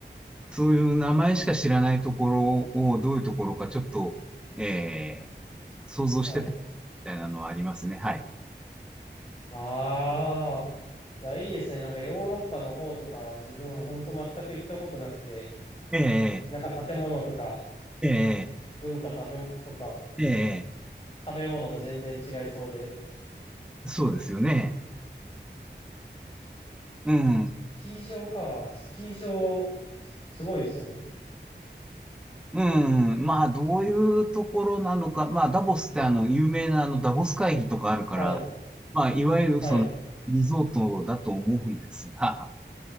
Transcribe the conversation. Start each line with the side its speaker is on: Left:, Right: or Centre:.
Centre: そういう名前しか知らないところをどういうところかちょっと、えー想像してたみ
Left: はい。
Centre: たいなのはありますね。はい。
Left: ああ。いや、いいですね。なんかヨーロッパの方とかは自分ほんと全く行ったことなくて、
Centre: ええ
Left: なんか建物とか
Centre: え
Left: 文化食べもとか
Centre: えええ
Left: 食べ物も全然違いそうで、
Centre: そうですよね。うん。
Left: スキー場か。スキー場、すごいですね。
Centre: うん。まあ、どういうところなのか。まあ、ダボスってあの、有名なあの、ダボス会議とかあるから、
Left: はい。
Centre: まあ、いわゆるその、
Left: はい。
Centre: リゾートだと思うんですが、